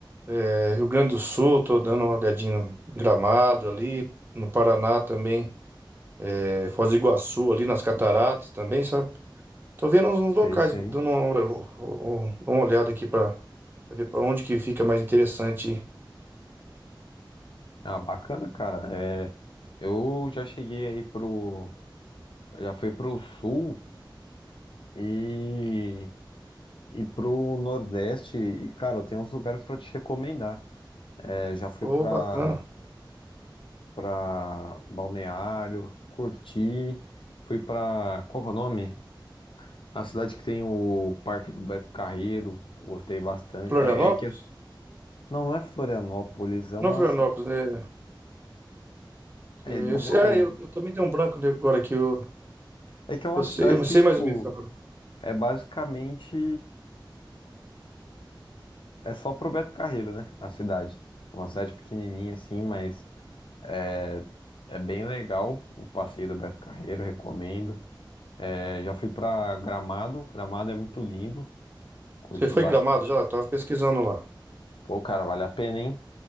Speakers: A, on the right; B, on the left.
A: é, Rio Grande do Sul, tô dando uma olhadinha no Gramado ali, no Paraná também, é, Foz do Iguaçu ali nas Cataratas também, sabe? Tô vendo uns
B: Sei,
A: locais,
B: sei.
A: dando uma, uma olhada aqui para ver para onde que fica mais interessante. ir.
B: Ah, bacana, cara. É, eu já cheguei aí pro. eu Já fui pro sul e. E pro Nordeste, e cara, eu tenho uns lugares pra te recomendar. É, já fui
A: Ô,
B: pra,
A: bacana.
B: pra Balneário, curti, fui pra. Qual que é o nome? A cidade que tem o Parque do Beto Carreiro, gostei bastante.
A: Florianópolis?
B: É, é que. é- Não, não é Florianópolis, é uma
A: Não, é Florianópolis,
B: cidade.
A: né? É,
B: Não
A: Eu,
B: vou
A: sei- ah,
B: lembrar.
A: eu, eu também tenho um branco de- agora aqui. Eu,
B: É que é uma
A: eu
B: cidade
A: sei, eu
B: que,
A: sei
B: tipo,
A: mais ou menos. Tá?
B: é basicamente. É só pro Beto Carreiro, né? A cidade. É uma cidade pequenininha assim, mas. É é bem legal o passeio do Beto Carreiro, recomendo. É, já fui pra Gramado, Gramado é muito lindo, curti
A: Você foi
B: bastante.
A: em Gramado já? Eu tava pesquisando lá.
B: Pô, cara, vale a pena, hein?